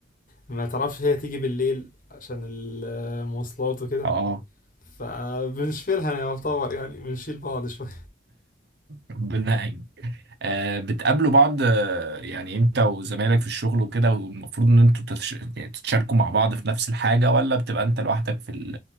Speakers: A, on the left; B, on the right.
A: ما تعرفش هي تيجي بالليل عشان المواصلات وكده
B: اه
A: فبنشيلها يعني يعتبر يعني بنشيل بعض شوية
B: ربنا يعين آه بتقابلوا بعض آه، يعني انت وزمايلك في الشغل وكده والمفروض ان انتوا تتش... يعني تتشاركوا مع بعض في نفس الحاجة ولا بتبقى انت لوحدك في, ال...